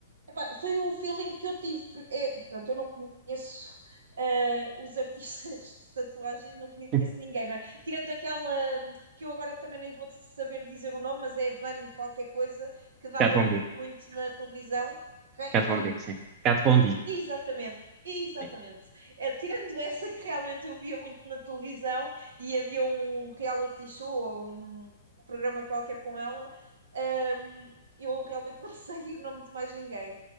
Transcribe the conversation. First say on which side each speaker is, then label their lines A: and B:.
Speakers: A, on the right (about 80°); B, on the right (about 25°).
A: epá, foi o feeling que eu tive. Porque, é, pronto, eu não conheço eh, os artistas de tatuagens, não conheço
B: sim,
A: ninguém, não é? Tirando aquela hum, que eu agora também nem vou saber dizer o nome, mas é Van qualquer coisa, que dava
B: Kat Von D.
A: muito na televisão. Quem?
B: Kat
A: quem?
B: Von D, sim. Cat Von D,
A: Exatamente, exatamente.
B: sim.
A: Eh, tirando essa que realmente eu via muito na televisão e havia um reality show ou um, um programa qualquer com ela, ahm, eu realmente não <laughs> sei o nome de mais ninguém.